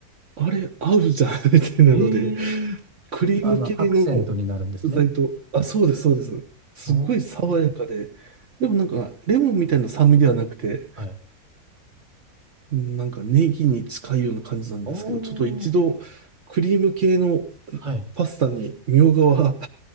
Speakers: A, on the right; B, on the right.
A: あれ、合うじゃん <laughs> みたいなので、
B: ええ
A: クリーム系の
B: あの、アクセントになるんですね。
A: 具材と、あ、そうです、そうです。すごい爽やかで、
B: おー、
A: でもなんか、レモンみたいな酸味ではなくて、
B: はい。
A: うんなんかネギに近いような感じなんですけど、
B: お
A: ちょっと一度、
B: ー、
A: クリーム系の
B: はい。
A: パスタにみょうがは